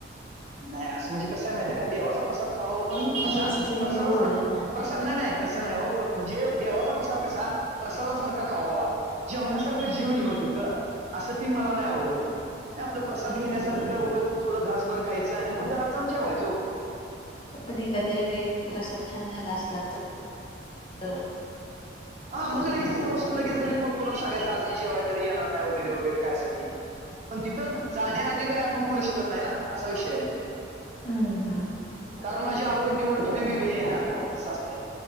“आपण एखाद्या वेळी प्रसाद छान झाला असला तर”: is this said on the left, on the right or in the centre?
Left